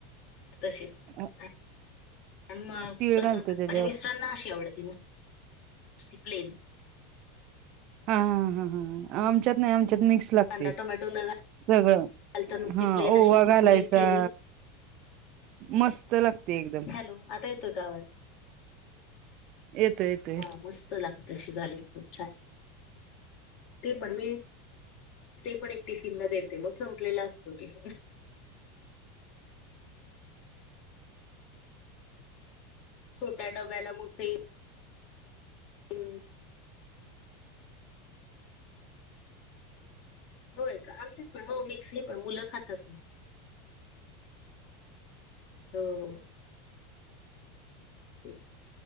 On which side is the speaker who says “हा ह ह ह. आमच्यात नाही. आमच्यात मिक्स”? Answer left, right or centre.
Right